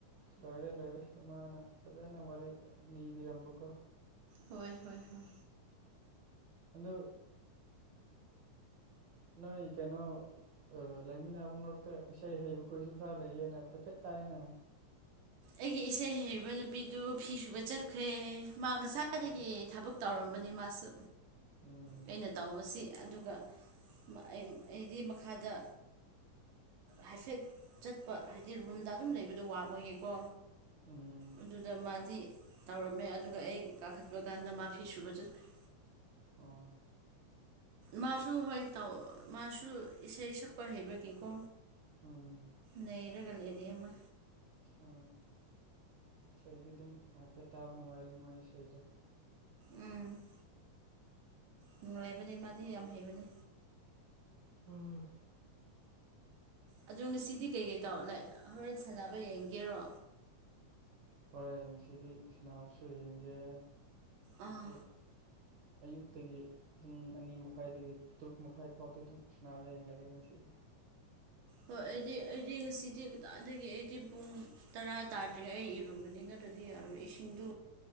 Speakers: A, on the right; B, on the right.
A: ꯂꯣꯏꯔꯦ ꯂꯣꯏꯔꯦ ꯑꯗꯨ ꯃꯥꯅ ꯐꯖꯅ ꯋꯥꯔꯤ ꯂꯤꯕꯤꯔꯝꯕꯀꯣ
B: ꯍꯣꯏ ꯍꯣꯏ ꯍꯣꯏ
A: ꯑꯗꯣ ꯅꯣꯏ ꯀꯩꯅꯣ ꯑꯥ ꯂꯩꯃꯤꯟꯅꯕ ꯃꯔꯛꯇ ꯏꯁꯩ ꯍꯩꯕꯈꯣꯏꯁꯨ ꯈꯔ ꯂꯩꯌꯦꯅ ꯍꯥꯏꯐꯦꯠ ꯇꯥꯏꯅ
B: ꯑꯩꯒꯤ ꯏꯁꯩ ꯍꯩꯕ ꯅꯨꯄꯤꯗꯨ ꯐꯤ ꯁꯨꯕ ꯆꯠꯈ꯭ꯔꯦ ꯃꯥ ꯉꯁꯥꯏꯗꯒꯤ
A: ꯁ
B: ꯊꯕꯛ ꯇꯧꯔꯝꯕꯅꯤ ꯃꯥꯁꯨ
A: ꯎꯝ
B: ꯑꯩꯅ ꯇꯧꯕꯁꯤ ꯑꯗꯨꯒ ꯃ ꯑ ꯑꯩꯗꯤ ꯃꯈꯥꯗ ꯍꯥꯏꯐꯦꯠ ꯆꯠꯄ ꯍꯥꯏꯗꯤ ꯔꯨꯝꯗ ꯑꯗꯨꯝ ꯂꯩꯕꯗꯣ ꯋꯥꯕꯒꯤꯀꯣ
A: ꯎꯝ
B: ꯑꯗꯨꯗ ꯃꯥꯗꯤ ꯇꯧꯔꯝꯃꯦ ꯑꯗꯨꯒ ꯑꯩ ꯀꯥꯈꯠꯄ ꯀꯥꯟꯗ ꯃꯥ ꯐꯤ ꯁꯨꯕ ꯆꯠꯈ꯭ꯔ‌ꯦ
A: ꯑꯣ
B: ꯃꯥꯁꯨ ꯍꯣꯏ ꯇꯧ ꯃꯥꯁꯨ ꯏꯁꯩ ꯁꯛꯄ ꯍꯩꯕꯒꯤꯀꯣ
A: ꯎꯝ
B: ꯅꯩꯔꯒ ꯂꯩꯔꯤ ꯑꯃ
A: ꯑ ꯏꯁꯩꯗꯤ ꯑꯗꯨꯝ ꯍꯥꯏꯐꯦꯠ ꯇꯥꯕ ꯅꯨꯡꯉꯥꯏꯔꯤ ꯃꯥꯒꯤ ꯏꯁꯩꯗꯣ
B: ꯎꯝ ꯅꯨꯡꯉꯥꯏꯕꯅꯦ ꯃꯥꯗꯤ ꯌꯥꯝ ꯍꯩꯕꯅꯤ
A: ꯎꯝ
B: ꯑꯗꯣ ꯉꯁꯤꯗꯤ ꯀꯩꯀꯩ ꯇꯧꯔꯣꯅꯦ ꯍꯣꯔꯦꯟ ꯁꯥꯟꯅꯕ ꯌꯦꯡꯒꯦꯔꯣ
A: ꯍꯣꯏ ꯉꯁꯤꯗꯤ ꯁꯥꯟꯅꯕꯁꯨ ꯌꯦꯡꯒꯦ
B: ꯑꯥ
A: ꯑꯩ ꯑꯌꯨꯛꯇꯒꯤ ꯄꯨꯡ ꯑꯅꯤ ꯃꯈꯥꯏꯗꯒꯤ ꯇꯔꯨꯛ ꯃꯈꯥꯏ ꯐꯥꯎꯗꯤ ꯑꯗꯨꯝ ꯁꯥꯅꯕ ꯌꯦꯡꯂꯒꯦ ꯉꯁꯤꯗꯤ
B: ꯍꯣꯏ ꯑꯩꯗꯤ ꯑꯩꯗꯤ ꯉꯁꯤꯗꯤ ꯀꯗꯥꯗꯒꯤ ꯑꯩꯗꯤ ꯄꯨꯡ ꯇꯔꯥ ꯇꯥꯗ꯭ꯔꯤꯉꯩ ꯑꯩ ꯏꯔꯨꯕꯅꯤꯅ ꯑꯗꯨꯗꯤ ꯌꯥꯔꯣꯏ ꯏꯁꯤꯡꯗꯨ